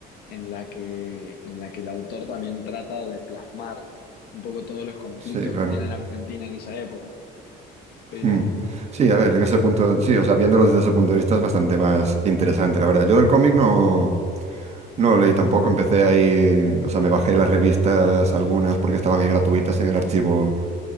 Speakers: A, on the left; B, on the right.
A: en la que, en la que el autor también trata de plasmar un poco todos los conflictos
B: sí, claro.
A: que habían en Argentina en esa época. Pero,
B: mm.
A: mm,
B: Sí, a ver, en ese punto, sí, o sea, viéndolo desde ese punto de vista es bastante más interesante, la verdad. Yo del cómic no, no lo leí tampoco, empecé ahí, o sea, me bajé las revistas, algunas porque estaban ahí gratuitas en el archivo